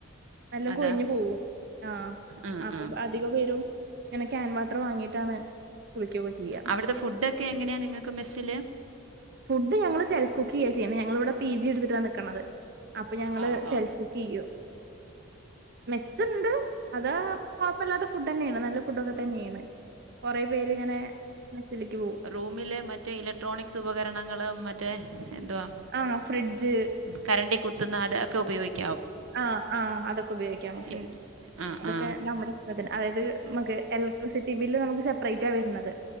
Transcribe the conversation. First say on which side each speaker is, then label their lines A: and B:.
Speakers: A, on the right; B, on the right.
A: എല്ലാം
B: അതാ
A: കൊഴിഞ്ഞു പോകവും ആഹ
B: ആ
A: അപ്പൊ
B: ആ
A: അധിക പേരും എനെ ആൻ വാട്ടർ വാങ്ങിയിട്ടാണ് കുളിക്കൊക്കെ ചെയ്യാ
B: അവിടുത്തെ ഫുഡൊക്കെ എങ്ങനെയാണ് നിങ്ങള്ക്ക് മെസ്സില്
A: ഫുഡ് ഞങ്ങള് സെൽഫ് കുക്കി ചെയ്യാ ചെയ്യേ ഞങ്ങള ഇവിടെ പി ജി എടുത്തിട്ടാണ് നിിക്കക്കുന്നത് അപ്പൊ ഞങ്ങള്
B: ആ
A: സെൽഫ്
B: ആ
A: കുക്ക് ചെയ്യോ മെസ്സുണ്ട് അത് കുഴപ്പല്ലാത്ത ഫുഡ് തന്നെയാണ് നല്ല ഫുഡൊക്കെ തന്നെയാണ് കൊറെേ പേര് ഇങ്ങനെ പോവും
B: റൂമിലെ മറ്റേ ഇലക്ട്രോണിക്സ് ഉപകരണങ്ങളും മറ്റേ എന്തുവാ
A: ആഹ് ഫ്രിഡ്ജ്
B: കരണ്ട കുത്തുന്ന അതൊക്കെ ഉപയോഗിക്കും
A: ആഹ ആഹ അതൊക്കെ ഉപയോഗിക്കാം നമുക്ക്
B: ഇൻ ആ
A: അതൊക്കെ
B: ആ
A: നമ്മുടെ അതായത് നമക്ക് എലക്ട്രിസിറ്റി ബില്ല് നമുക്ക് സെപ്പറേറ്റ ആ വരുന്നത്